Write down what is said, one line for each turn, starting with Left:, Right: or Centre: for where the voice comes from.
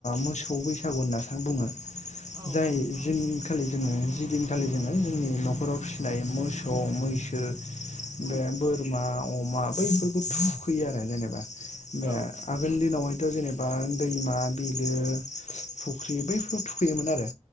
Left: मोसौ बैसागु होननासो बुङो
Right: औ
Left: जाय
Right: औ
Left: जोंनि जिदिनखालि जोङो जोंनि न'खराव फिसिनाय मोसौ मैसो
Right: उम
Left: बे बोरमा अमा बैफोरखौ थुखैयो आरो जेनेबा बे
Right: औ
Left: आगोल दिनावहाय बे जेनेबा दैमा बिलो फुख्रि बैफोराव थुखैयोमोन आरो